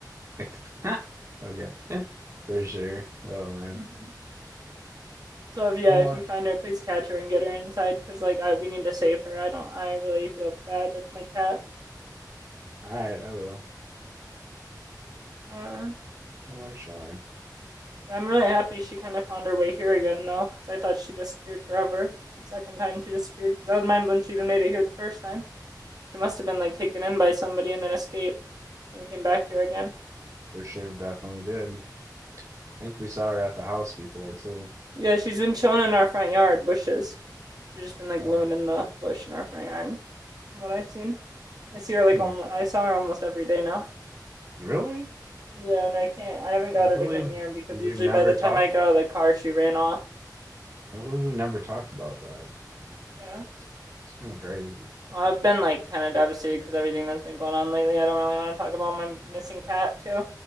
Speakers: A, on the right; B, on the right.
A: Like the <laughs> okay. Yeah, For sure. Oh man.
B: Mm-hmm. So if yeah,
A: Sure.
B: if you find her, please catch her and get her inside because like I we need to save her. I don't. I really feel bad. That's my cat.
A: All right, I will.
B: Uh,
A: For sure.
B: yeah, I'm really happy she kind of found her way here again though because I thought she disappeared forever. The second time she disappeared because I was mind blown she even made it here the first time. She must have been like taken in by somebody and then escaped and came back here again.
A: For sure, definitely did. I think we saw her at the house before too.
B: Yeah, she's been chilling in our front yard, bushes. She's just been like
A: Oh.
B: living in the bush in our front yard, from what I've seen. I see her like
A: hmm.
B: almost, I saw her almost every day now.
A: Really?
B: Yeah, and I can't, I haven't got
A: I
B: her
A: believe
B: to come here because
A: we've
B: usually
A: never
B: by the time
A: talked.
B: I got out of the car, she ran off.
A: I believe We've never talked about that.
B: Yeah.
A: It's, it's kind of crazy.
B: Well, I've been like kind of devastated because everything that's been going on lately. I don't really want to talk about my missing cat too.